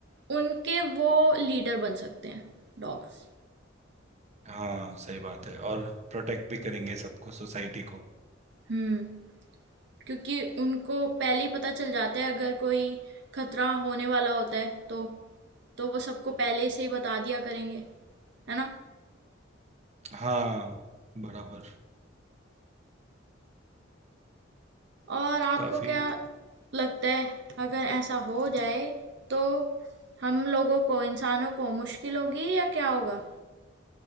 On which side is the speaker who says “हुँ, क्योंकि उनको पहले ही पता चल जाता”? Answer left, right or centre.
Right